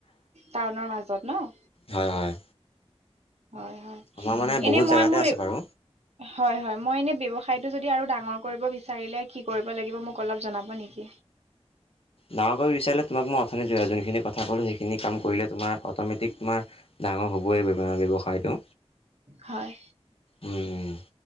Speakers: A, on the right; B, on the left.
A: টাউনৰ মাজত ন'?
B: হয় হয়।
A: হয়, হয়,
B: আমাৰ মানে
A: এনে
B: বহুত
A: মই
B: জেগাতে
A: মোৰ
B: আছে
A: এ,
B: বাৰু।
A: হয়, হয় মই এনে ব্যৱসায়টো যদ দিওঁ আৰু ডাঙৰ কৰিব বিচাৰিলে কি কৰিব লাগিব মোক অলপ জনাব নেকি?
B: ডাঙৰ কৰিব বিচাৰিলে তোমাক মই অথনি য-যোনখিনি কথা ক'লো সেইখিনি কাম কৰিলে তোমাৰ অট'মেটিক তোমাৰ ডাঙৰ হ'বই <unintelligible> ব্যৱসায়টো।
A: হয়।
B: উম,